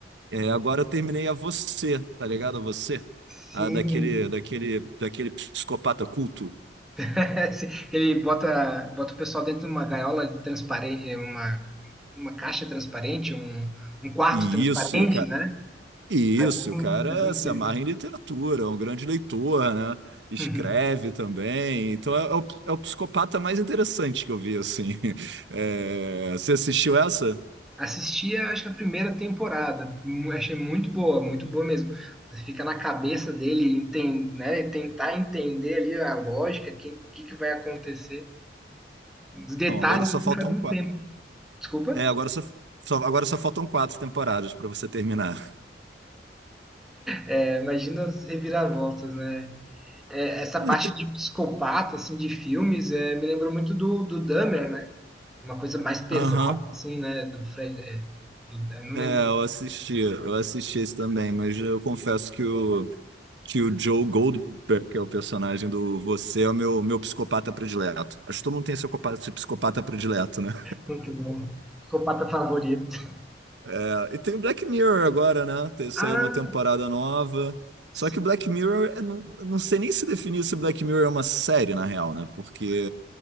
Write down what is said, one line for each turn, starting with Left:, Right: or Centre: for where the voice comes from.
Right: É, agora eu terminei a Você, tá ligado? A Você?
Centre: Sim.
Right: A daquele, daquele, daquele psicopata culto.
Centre: <laughs> Sim. Ele bota, bota o pessoal dentro de uma gaiola transparente, uma, uma caixa transparente, um, um quarto
Right: E
Centre: transparente,
Right: isso, e o cara.
Centre: né?
Right: Isso,
Centre: Hum,
Right: o cara
Centre: Faz um
Right: se
Centre: tempo.
Right: amarra em literatura, é um grande leitor, né? Escreve
Centre: <laughs>
Right: também. Então é, é o, é o psicopata mais interessante que eu vi, assim. <laughs> É, você assistiu essa?
Centre: Assisti, acho que a primeira temporada. Mu- Achei muito boa, muito boa mesmo. Você fica na cabeça dele, enten- né? Tentar entender ali a lógica, o que, que que vai acontecer. Os detalhes
Right: Não, agora só
Centre: assim
Right: faltam
Centre: faz muito
Right: quatro.
Centre: tempo. Desculpa.
Right: É, agora só, só- agora só faltam quatro temporadas para você terminar.
Centre: É, imagina as reviravoltas, né? É, essa
Right: É,
Centre: parte
Right: te-
Centre: de psicopata, assim, de filmes, é, me lembrou muito do, do Dahmer, né? Uma coisa mais pesada,
Right: Aham.
Centre: assim, né? Do Fred. é, do- eu não
Right: É,
Centre: lembro
Right: eu assisti, eu assisti esse também, mas eu confesso que o, que o Joe Goldberg, que é o personagem do Você, é o meu, meu psicopata predileto. Acho que todo mundo tem seu copa- seu psicopata predileto, né?
Centre: muito bom. Psicopata favorito.
Right: É, e tem o Black Mirror agora, né? Te- Saiu
Centre: Ah,
Right: uma temporada nova.
Centre: sim.
Right: Só que o Black Mirror, eu não, eu não sei nem se definir se o Black Mirror é uma série, na real, né? Porque